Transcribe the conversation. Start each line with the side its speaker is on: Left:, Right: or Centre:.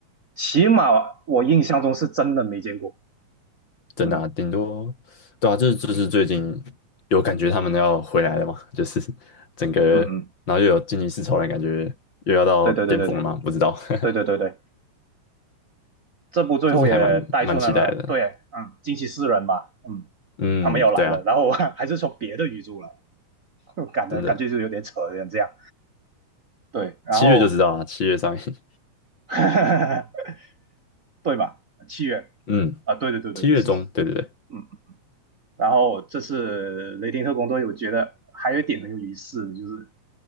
Right: 起码我印象中是真的没见过。
Left: 真的啊，
Right: 嗯
Left: 顶多对啊，就是就是最近有感觉他们要回来了嘛，就是整个然后又有惊奇四超人，
Right: 嗯嗯，
Left: 感觉又要到巅峰了嘛，
Right: 对对对对对
Left: 不知道，<laughs>
Right: 对对对对，这部最后也带出来了，
Left: 就是还蛮蛮期待的。
Right: 对，嗯，惊奇四人吧，嗯，
Left: 嗯，
Right: 他们要来了，
Left: 对啊。
Right: 然后还是从别的宇宙来，<laughs> 感的感觉就有点扯，
Left: 真的，
Right: 有点这样。对，然后
Left: 七月就知道啊，七月上映，
Right: <laughs> 对吧？七月
Left: <laughs> 嗯，
Right: 啊，对对对对对，
Left: 七月中，
Right: 是是，
Left: 对对对，
Right: 嗯。然后这次雷霆特工队，我觉得还有一点很有意思的，就是